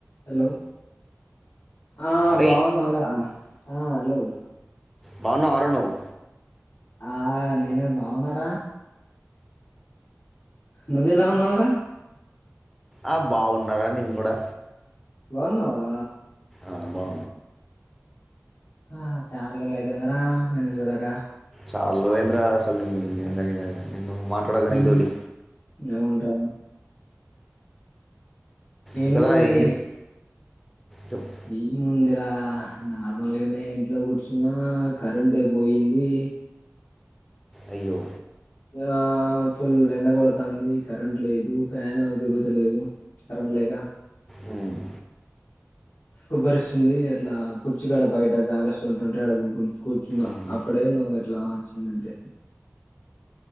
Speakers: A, on the left; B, in the centre.
A: హలో ఆ
B: అరే
A: బావునవర హలో
B: బాగున్నావర నువ్వు
A: ఆ నేనే బాగున్నార నువ్వెలా ఉన్నావ్ రా
B: ఆ బాగున్నారా నీను కూడా
A: బాగున్నావా
B: ఆ బా
A: ఆ చాల్రోలైతాంది రా నిన్ను సూడగా
B: చాల్రోజులైంది రా అసల్ అందరిని నిన్ను మాట్లాడగా
A: హూ
B: నీతోటి
A: అవున్రా ఏంది
B: ఇంకా
A: మరి
B: ఏం చేసి చెప్పు.
A: ఏముందిరా నార్మల్గనే ఇంట్లో కూర్చున్నా కరెంట్ పోయింది
B: అయ్యో
A: ఆ ఫుల్ ఎండ కొడతంది కరెంట్ లేదు ఫ్యాన్ తిరుగుతలేదు కరెంట్ లేక
B: ఉమ్
A: ఉబ్బరిస్తుంది అట్లా కుర్చిగడ బయట గాలస్ కూర్చుంటుంటే అడుగు కూర్చున్నా
B: ఉమ్,
A: అప్పుడే నువ్వు ఎట్లా వచ్చింది అంతే